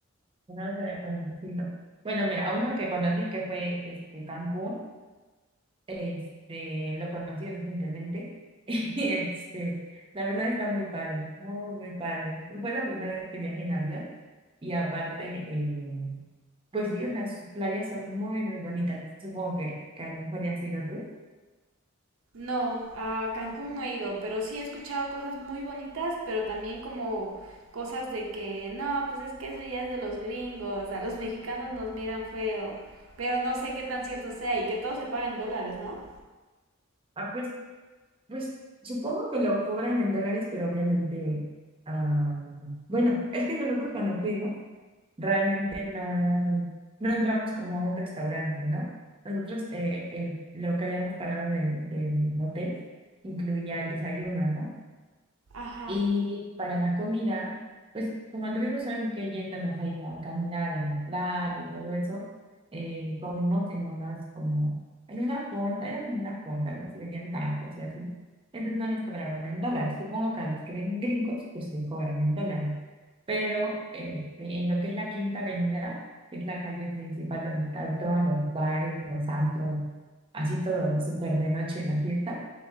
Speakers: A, on the right; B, on the right.
A: Yo no los había conocido. Bueno, mira, uno que conocí que fue este Cancún, este, lo conocí recientemente. <laughs> Y este, la verdad está muy padre, muy, muy padre. Fue la primera vez que viajé en avión. Y aparte, eh, pues sí, o sea, sus playas son muy, muy bonitas. Supongo que, que a lo mejor ya has ido tú.
B: No, a Cancún no he ido, pero sí he escuchado cosas muy bonitas, pero también como cosas de que no, pues es que eso ya es de los gringos, a los <laughs> mexicanos nos miran feo, pero no sé qué tan cierto sea y que todo se paga en dólares, ¿no?
A: Ah, pues, pues supongo que lo cobran en dólares, pero obviamente, ah, bueno, es que nosotros cuando fuimos realmente no, no entramos como a un restaurante, ¿no? Nosotros eh, el- lo que habíamos pagado de- del hotel incluía el desayuno, ¿no?
B: Ajá,
A: Y para la comida, pues como anduvimos ahora sí que yéndonos ahí a caminar en la playa y todo eso, eh, comimos en unas como, en una fonda, era como una fonda, algo así, vendían tacos y así. Entonces no nos cobraron en dólares. Supongo que a los que ven gringos, pues les cobran en dólares. Pero este, en lo que es la Quinta Avenida, que es la calle principal donde están todos los bares, los antros, así todo súper de noche la fiesta,